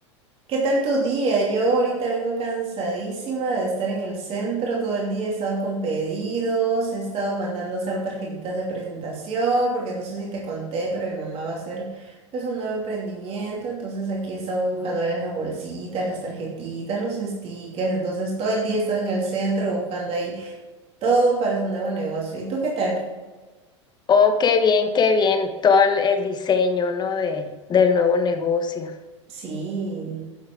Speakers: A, on the right (about 40°); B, on the left (about 25°).
A: ¿qué tal tu día? Yo ahorita vengo cansadísima de estar en el centro todo el día, he estado con pedidos, he estado mandando a hacer tarjetitas de presentación, porque no sé si te conté, pero mi mamá va a hacer pues un nuevo emprendimiento, entonces aquí estamos buscando las bolsitas, las tarjetitas, los stickers, entonces todo el día he estado en el centro buscando ahí todo para su nuevo negocio. ¿Y tú qué tal?
B: oh, qué bien, qué bien todo el, el diseño, ¿no? De, del nuevo negocio.
A: Sí.